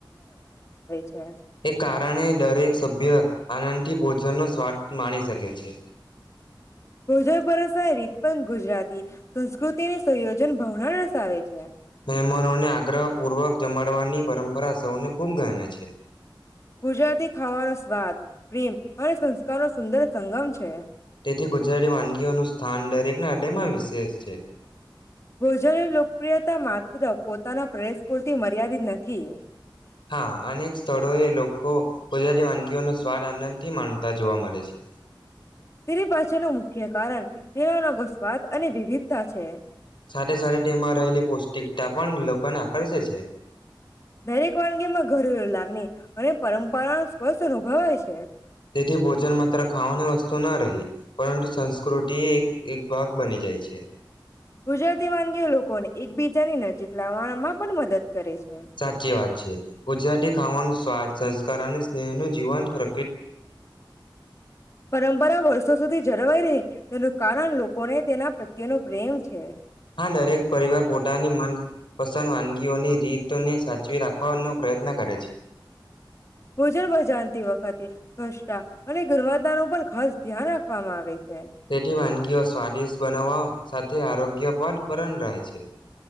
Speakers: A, on the left; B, on the left.
A: છે.
B: એ કારણે દરેક સભ્ય આનંદથી ભોજનનો સ્વાદ માણી શકે છે.
A: ભોજન પરસવાય રીત પણ ગુજરાત તી સંસ્કૃતિની સંયોજન ભાવના રસ આવે છે.
B: મહેમાનોને આગ્રહ પૂર્વક જમાડવાની પરંપરા સૌને ખૂબ ગમે છે.
A: ગુજરાતી ખાવાનો સ્વાદ પ્રેમ અને સંસ્કારો સુંદર સંગમ છે.
B: તેથી ગુજરાતી વાનગીઓનું સ્થાન દરેકના હૃદયમાં વિશેષ છે.
A: ભોજન નો લોકપ્રિયતા મા <unintelligible> પોતાના પ્રવેશ પૂરતી મર્યાદિત નથી.
B: હા અનેક સ્થળોએ લોકો પોઝિટિવ અન નો સ્વાદ આનંદથી માણતા જોવા મળે છે.
A: તેની પાછળનનો મુખ્ય કારણ <unintelligible> સ્વાદ અને વિવિધતા છે.
B: સાથે સાથે ટેમાં રહેલી પૌષ્ટિકટા પણ લોકો ના કરસે છે.
A: દરેક વાનગીમાં <unintelligible> લાગની અને પરંપરાન સ્પસ અનુભવાય છે.
B: તેથી ભોજન માત્ર ખાવાની વસ્તુ ન રહી, પરંતુ સંસ્કૃ કૃટી એક એક ભાગ બની જાય છે.
A: ગુજરાતી વાનગીઓ લોકોને એકબીજાની નજીક લાવણામાં પણ મદદ કરે છે.
B: સાચી વાત છે, ગુજરાતી ખાવાનું સ્વાદ, સંસ્કાર અને સ્નેહનું જીવંત પ્ર
A: પરંપરા વર્ષો સુધી જરવાઈ રહે તેનું કારણ લોકોને તેના પ્રત્યેનો પ્રેમ છે.
B: આ દરેક પરિવાર પોટાની મનપસંદ વાનગીઓની રીત તોને સાચવી રાખવાનો પ્રયત્ન કરે છે.
A: ભોજન બઝાનતી વખતે ઘસ્ટા અને ઘરમાતાનો પણ ખાસ ધ્યાન રાખવામાં આવે છે.
B: તેઠી વાનગીઓ સ્વાદિષ્ટ બનાવવા સાથે આરોગ્ય પણ પરણ રહે છે.